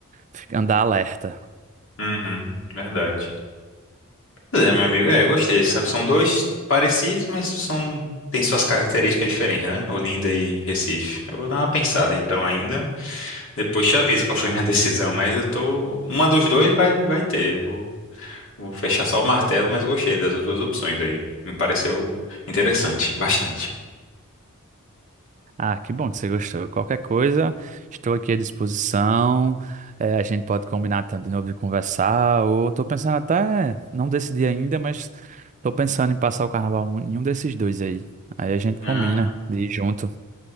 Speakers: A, on the right; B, on the left.
A: fi- andar alerta.
B: Uhum, verdade. Pois é, meu amigo, é, gostei. sabe? São dois parecidos, mas são. Tem suas características diferentes, né? Olinda e Recife. Eu vou dar uma pensada então ainda. Depois te aviso qual foi minha <laughs> decisão, mas eu tô. Uma dos dois vai, vai ter. Eu vou Vou fechar só o martelo, mas gostei das duas opções aí. Me pareceu interessante, bastante.
A: Ah, que bom que você gostou. Qualquer coisa, estou aqui à disposição. É, a gente pode combinar tam- de novo de conversar, ou estou pensando até, não decidi ainda, mas estou pensando em passar o carnaval em um desses dois aí. Aí a gente
B: Ah,
A: combina de ir junto.